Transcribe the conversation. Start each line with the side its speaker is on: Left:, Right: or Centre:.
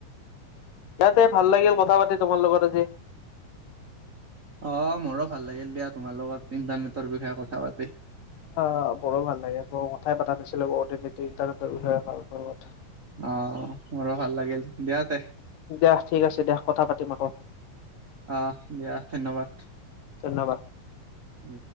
Left: ইয়াতে ভাল লাগিল কথা পাতি তোমাৰ লগত আজি।
Right: অ মোৰো ভাল লাগিল দিয়া তোমাৰ লগত ইণ্টাৰনেটৰ বিষয়ে কথা পাতি।
Left: অ, মোৰো ভাল লাগে মইও কথাই পাতা নাছিলো বহু দিন এইটো ইটাৰনেটৰ বিষয়ে ভাল -ভাল কথা।
Right: আহ, মোৰো ভাল লাগিল দিয়া তে
Left: দিয়া ঠিক আছে দিয়া কথা পাতিম আকৌ।
Right: অহ, দিয়া ধন্যবাদ।
Left: ধন্যবাদ।
Right: উম,